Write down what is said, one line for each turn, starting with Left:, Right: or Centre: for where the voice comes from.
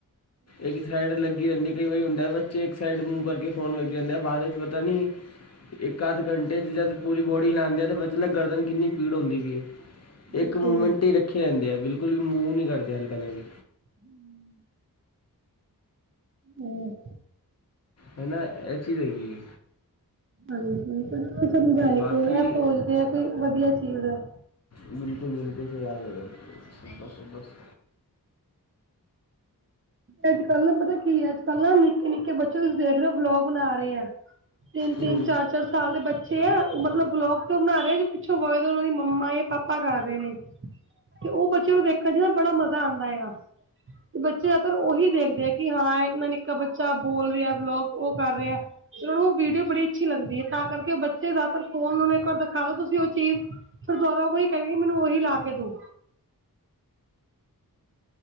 Left: ਇੱਕ ਸਾਈਡ ਲੱਗੀ ਰਹਿੰਦੀ। ਕਈ ਵਾਰੀ ਹੁੰਦਾ ਬੱਚੇ ਇੱਕ ਸਾਈਡ ਮੂੰਹ ਕਰਕੇ ਫੋਨ ਲੱਗ ਜਾਂਦਾ ਬਾਅਦ ਵਿੱਚ ਪਤਾ ਨੀ ਇੱਕ ਅੱਧ ਘੰਟੇ 'ਚ ਜਦ ਪੂਰੀ ਬੋਡੀ ਲਾਦੇ ਆ। ਤਾਂ ਫਿਰ ਗਰਦਨ ਕਿੰਨੀ ਪੀੜ ਹੁੰਦੀ ਵੀ ਹੈ।
Right: ਬਿਲਕੁਲ
Left: ਇੱਕ ਮੂਮੈਂਟ ਹੀ ਰੱਖੇ ਜਾਂਦੇ ਆ। ਬਿਲਕੁਲ ਵੀ ਮੂਵ ਨਹੀਂ ਕਰਦੇ ਹਲਕਾ ਜਿਹਾ ਵੀ।
Right: ਹਮ ਹਮ
Left: ਹਨਾ ਅਐ ਚੀਜ਼ ਹੈਗੀ ਆ।
Right: ਹਾਂਜੀ, ਸਮਝਏ
Left: ਬਾਕੀ
Right: ਕੌਣ? ਆ ਸੋਚਦੇ ਆ ਕਿ ਵਧੀਆ ਚੀਜ਼ ਹੈ।
Left: ਬਿਲਕੁਲ ਬਿਲਕੁਲ ਫ ਯਦ ਦਸ ਬਸ।
Right: ਅੱਜ-ਕੱਲ੍ਹ ਨਾ ਪਤਾ ਕੀ ਏ। ਅੱਜ-ਕੱਲ੍ਹ ਨਾ ਨਿੱਕੇ-ਨਿੱਕੇ ਬੱਚੇ ਤੁਸੀਂ ਦੇਖ ਰਹੇ ਹੋ ਬਲੋਗ ਬਣਾ ਰਹੇ ਆ। ਤਿੰਨ-ਤਿੰਨ,
Left: ਹੂੰ
Right: ਚਾਰ-ਚਾਰ ਸਾਲ ਦੇ ਬੱਚੇ ਪਿੱਛੇ ਏ, ਉਹ ਮਤਲਬ ਬਲੋਗ ਤੇ ਬਣਾ ਰਹੇ ਜ ਪਿੱਛੋਂ ਹੋਏ ਉਹਨਾਂ ਦੀ ਮੰਮਾ ਜਾਂ ਪਾਪਾ ਕਰ ਰਹੇ ਨੇ। ਤੇ ਉਹ ਬੱਚੇ ਨੂੰ ਦੇਖਣ ਚ ਨਾ ਬੜਾ ਮਜ਼ਾ ਆਦਾ ਆ ਤੇ ਬੱਚੇ ਜ਼ਿਆਦਾਤਰ ਉਹੀ ਦੇਖਦੇ ਆ ਕਿ ਹਾਂ ਇੰਨਾ ਨਿੱਕਾ ਬੱਚਾ ਬੋਲ ਰਿਹਾ ਬਲੋਗ ਉਹ ਕਰ ਰਿਹਾ। ਉਹ ਵੀਡੀਓ ਬੜੀ ਅੱਛੀ ਲੱਗਦੀ ਏ ਤਾਂ ਕਰਕੇ ਉਹ ਬੱਚੇ ਜ਼ਿਆਦਾਤਰ ਫੋਨ ਨੂੰ ਇੱਕ ਵਾਰ ਦਿਖਾ ਦੋ ਤੁਸੀਂ ਉਹ ਚੀਜ਼ ਫਿਰ ਦੁਬਾਰਾ ਉਹੀ ਕਹਿਨੇਗੇ। ਮੈਨੂੰ ਉਹੀ ਲਾ ਕੇ ਦੋ।